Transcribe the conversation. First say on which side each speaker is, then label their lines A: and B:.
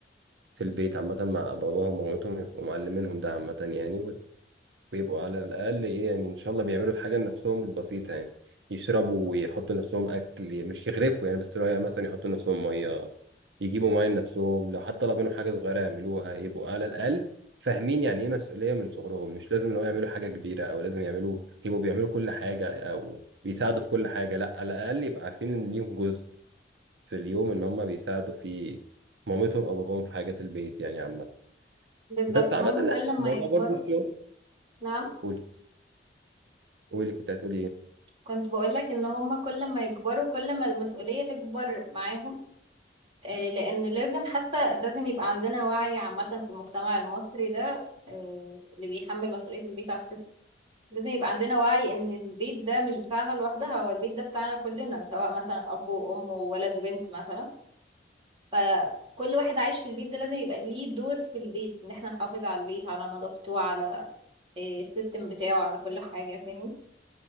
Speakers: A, on the right; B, on the right.
A: في البيت عامة مع باباهم ومامتهم يبقوا معلمينهم ده عامة يعني بيبقوا على الأقل إيه يعني إن شاء الله بيعملوا الحاجة لنفسهم البسيطة يعني يشربوا ويحطوا لنفسهم أكل مش يغرفوا يعني بس تلاقي مثلا يحطوا لنفسهم مية يجيبوا مية لنفسهم لو حد طلب منهم حاجة صغيرة يعملوها يبقوا على الأقل فاهمين يعني إيه مسؤولية من صغرهم مش لازم لو يعملوا حاجة كبيرة أو لازم يعملوا يبقوا بيعملوا كل حاجة أو بيساعدوا في كل حاجة لا على الأقل يبقى عارفين إن ليهم جزء في اليوم إن هم بيساعدوا فيه مامتهم أو باباهم في حاجات البيت يعني عامة
B: بالظبط
A: بس عامة
B: هم
A: لا
B: كل
A: الموضوع
B: ما يكبروا
A: برضو الشغل
B: نعم
A: قولي قولي كنت هتقولي إيه
B: كنت بقولك ان هما كل ما يكبروا كل ما المسؤولية تكبر معاهم آه، لان لازم حاسة لازم يبقى عندنا وعي عامة في المجتمع المصري ده آه، اللي بيحمل مسؤولية البيت على الست لازم يبقى عندنا وعي ان البيت ده مش بتاعها لوحدها هو البيت ده بتاعنا كلنا سواء مثلا اب وام وولد وبنت مثلا فكل واحد عايش في البيت ده لازم يبقى ليه دور في البيت ان احنا نحافظ على البيت على نظافته على آه، السيستم بتاعه على كل حاجة فاهم